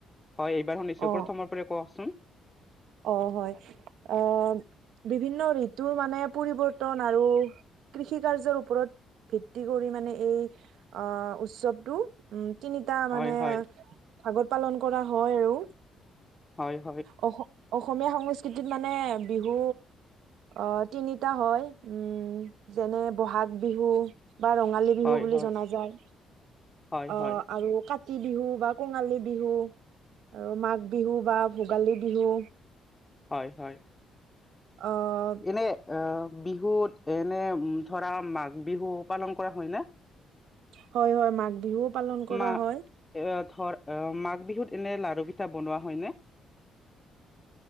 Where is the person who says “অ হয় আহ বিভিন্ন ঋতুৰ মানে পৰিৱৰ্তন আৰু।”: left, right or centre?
Right